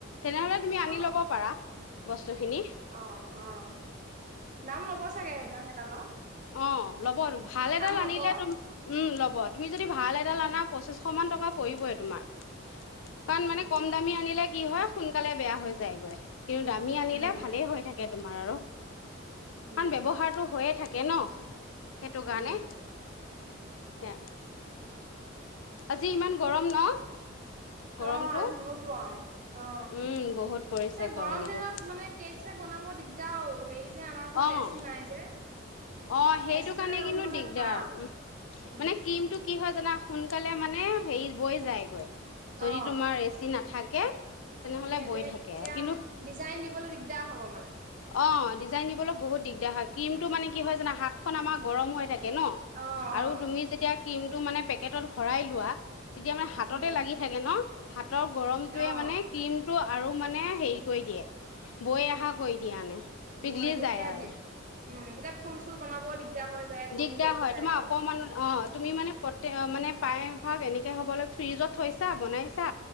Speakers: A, on the left (about 85°); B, on the right (about 40°).
A: তেনেহ'লে তুমি
B: অ',
A: আনি ল'ব পাৰা। বস্তুখিনি।
B: অ', অ', নাম ল'ব চাগে সেদা- সেদালৰ
A: অ', ল'ব। ভাল এডাল
B: ল'ব
A: আনিলে তুম উম, ল'ব। তুমি যদি ভাল এডাল আনা পঁচিচশ মান টকা পৰিবয়ে তোমাৰ কাৰণ মানে
B: উম,
A: কম দামী আনিলে কি হয়, সোনকালে বেয়া হৈ যায়গৈ। কিন্তু দামী আনিলে
B: উম,
A: ভালেই হৈ থাকে তোমাৰ আৰু
B: উম,
A: মান ব্যৱহাৰটো হৈয়ে থাকে। কেন সেইটো কাৰণে
B: উম।
A: সে আজি ইমান গৰম ন গৰমটো
B: অ আজি বহুত গৰম অ
A: উম, বহুত পৰিছে
B: এ
A: গৰমটো।
B: গৰম দিনত মানে কেক চেক বনাব দিগদাৰ বহুত হেৰি যে আমাৰ ঘৰত
A: অ',
B: এচি নাই যে
A: অ সেইটো
B: এচি
A: কাৰণে
B: থকা ৰুম
A: কিন্তু
B: হ'লে
A: দিগদাৰ
B: ভাল
A: উ মানে
B: উম,
A: ক্ৰ্ৰীমটো কি কি হয় জানা সোনকালে মানে হেৰি বৈ যায়গৈ। যদি
B: অ
A: তোমাৰ এচি নাথাকে তেনেহ'লে
B: সেই
A: বৈ
B: সেই
A: থাকে
B: তেতিয়া
A: কিন্তু
B: ডিজাইন দিবলৈ দিগদাৰ হ'ব মানে
A: অ', ডিজাইন দিবলৈ বহুত দিগদাৰ হয় ক্ৰীম টো মানে কি হয় জানা হাতখন আমাৰ গৰম হৈ থাকে থাকে ন
B: অ',
A: আৰু
B: অ',
A: তুমি যেতিয়া ক্ৰীম পেকেটত ভৰাই লোৱা তেতিয়া মানে হাততে
B: উম।
A: লাগি থাকে ন হাত হাতৰ গৰমটোৱে
B: অ',
A: মানে ক্ৰীমটো আৰু মানে হেৰি কৰি দিয়ে বৈ অহা কৰি দিয়া মানে পিঘলি
B: বই তেতিয়া
A: যায় আৰু
B: দি উম তেতিয়া ফুল চুল বনাব দিগদাৰ হৈ যায় গলি
A: দিগদাৰ
B: গলি
A: হয়
B: যায়গৈ।
A: তোমাৰ অকমান অ তুমি মানে প্ৰ মানে প্ৰায় ধৰক এনেকে হ'ব ল ফ্ৰিজত থৈছা বনাইছা